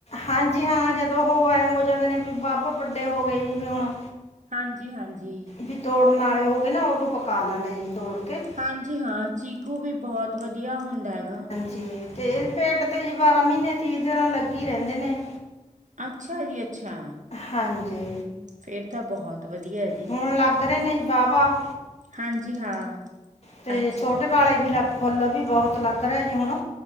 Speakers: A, on the left; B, on the right.
A: ਹਾਂਜੀ ਹਾਂ ਜਦੋਂ ਉਹ ਐਂ ਹੋ ਜਾਂਦੇ ਨੇ ਵੀ ਬਾਬ ਵੱਡੇ ਹੋ ਗਏ ਜੀ ਵੀ ਹੁਣ।
B: ਹਾਂਜੀ ਹਾਂਜੀ
A: ਵੀ ਤੋੜਨ ਵਾਲੇ ਹੋ ਗਏ ਨਾ, ਉਦੋਂ ਪਕਾ ਲੈਂਨੇ ਆ ਜੀ ਤੋੜ ਕੇ।
B: ਹਾਂਜੀ ਹਾਂ ਚੀਕੂ ਵੀ ਬਹੁਤ ਵਧੀਆ ਹੁੰਦਾ ਹੈਗਾ
A: ਜ ਤੇ ਇਹ ਪਿੰਟ ਤੇ ਜੀ ਬਾਰਾਂ ਮਹੀਨੇ ਤੀਹ ਦਿਨ ਲੱਗੀ ਰਹਿੰਦੇ ਨੇ।
B: ਅੱਛਾ ਜੀ ਅੱਛਾ
A: ਹਾਂਜੀ
B: ਫਿਰ ਤਾਂ ਬਹੁਤ ਵਧੀਆ ਹੈ ਜੀ
A: ਹੁਣ ਲੱਗ ਰਹੇ ਨੇ ਜੀ ਵਾਹਵਾ
B: ਹਾਂਜੀ ਹਾਂ
A: ਅਤੇ
B: ਅੱਛਾ
A: ਛੋਟੇ ਵਾਲੇ ਵੀ ਲੱਗ ਫੁੱਲ ਵੀ ਬਹੁਤ ਲੱਗ ਰਿਹਾ ਜੀ ਹੁਣ